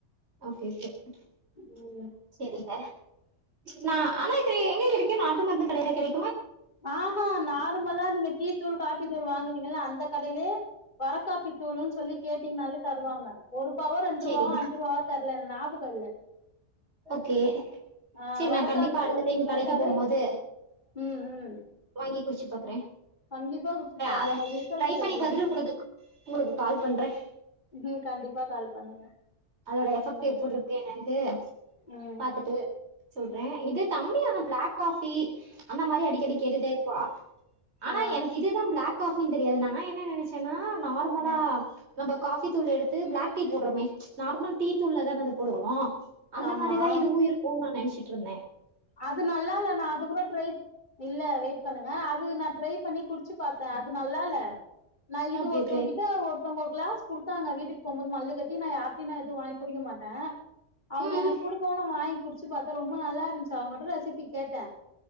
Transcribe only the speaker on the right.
ஓகே <unintelligible>
சரிங்க ந ஆனா இது எங்க கெடைக்கு நாட்டு மருந்து கடைல கெடை
செரிங்க
ஓகே
சரி
நா கண்டிப்பா அடுத்த
டைம்
கடைக்கு போம் மோது
வாங்கி குடிச்சு பாக்குற
அத
ட்ரை
பண்ணி பாத்துட்டு உங்களுக்கு உங்களுக்கு கால் பண்ற
அதோட எஃபெக்ட்
எப்டி இருக்கு என்னன்டு
பாத்துட்டு சொல்ற இது தம்பி ஆனா பிளாக் காஃபி அந்த மாரி அடிக்கடி கேட்டுட்டே இருப்பா ஆனா
எனக்கு இதுதா ப்ளக் காஃபினு தெரியாது நா என்ன நெனச்சன்னா நார்மலா
நம்ம காஃபி தூள் எடுத்து ப்ளக் டீ போடுறமே நார்மல் டீ தூள்ல தான அது போடுவோ அந்த
மாரிதா இதுவு இருக்குன் நா நனச்சிட்டு இருந்த
ஓகே
ஓகே
ம்
ம்